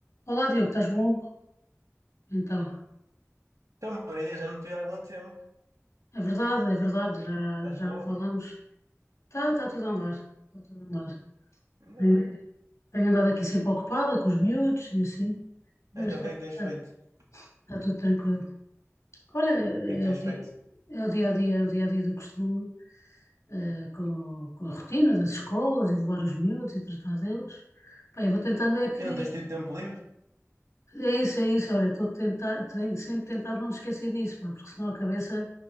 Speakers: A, on the left; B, on the right.
A: Olá, Diogo, estás bom? Então,
B: Então, Maria, já não te vi há algum tempo.
A: é verdade, é verdade, já,
B: Estás
A: já
B: boa?
A: não falamos. Tá, está tudo a andar, está tudo a andar.
B: Ainda
A: Eh,
B: bem.
A: Tenho andado aqui sempre ocupada com os miúdos e assim, mas
B: Então,
A: está
B: o que é
A: tá,
B: que tens feito?
A: tá-
B: O
A: tá tudo tranquilo. Olha, é
B: que é que tens
A: o dia,
B: feito?
A: é o dia a dia, é o dia a dia do costume, eh, com, com a rotina das escolas e levar os miúdos e tratar deles. Pá, eu vou tentando é que
B: E não tens tido tempo livre?
A: é isso, é isso, olha, estou a tentar, tenho sempre tentado não me esquecer disso, pá, porque senão a cabeça,